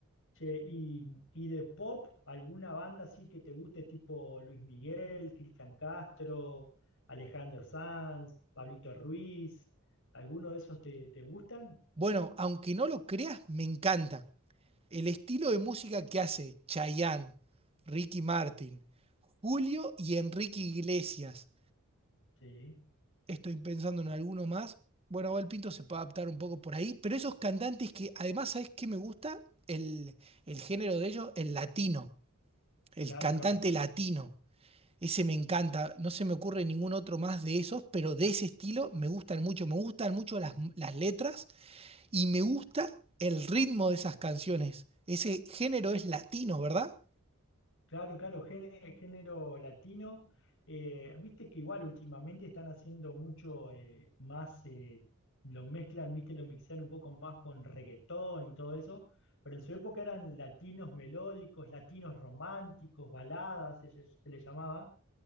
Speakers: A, on the left; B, on the right.
A: Che, y, y de pop, ¿alguna banda así que te guste, tipo Luis Miguel, Cristian Castro, Alejandro Sanz, Pablito Ruiz? ¿Alguno de esos te, te gustan?
B: Bueno, aunque no lo creas, me encanta. El estilo de música que hace Chayanne, Ricky Martin, Julio y Enrique Iglesias,
A: Sí,
B: estoy pensando en alguno más. Bueno, Abel Pinto se puede adaptar un poco por ahí, pero esos cantantes que además, ¿sabes qué me gusta? El, el género de ellos, el latino, el
A: claro,
B: cantante
A: claro.
B: latino. Ese me encanta, no se me ocurre ningún otro más de esos, pero de ese estilo me gustan mucho, me gustan mucho las, las letras y me gusta el ritmo de esas canciones. Ese género es latino, ¿verdad?
A: Claro, claro, género, género latino. Eh, viste que igual últimamente están haciendo mucho eh, más, eh, lo mezclan, viste, lo mixean un poco más con reggaetón y todo eso, pero en su época eran latinos melódicos, latinos románticos, baladas, se, se les llamaba.